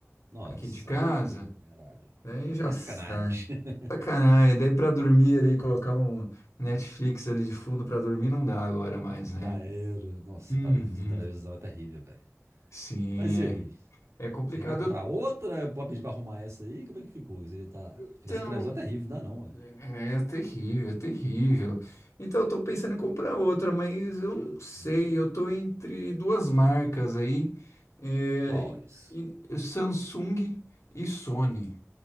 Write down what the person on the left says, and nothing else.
aqui de casa,
daí
já
sabe.
Sacanagem, daí pra dormir ali, colocar um Netflix ali de fundo pra dormir não dá agora mais,
né?
Uhum.
Sim,
é, é complicado.
Então,
É, é terrível, é terrível. Então, eu tô pensando em comprar outra, mas eu não sei.
Eu tô entre duas marcas aí, é,
e- e Samsung e Sony,